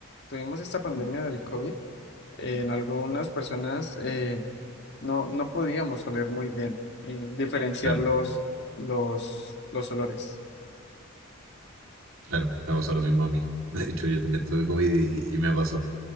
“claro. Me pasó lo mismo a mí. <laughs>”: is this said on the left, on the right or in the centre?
Right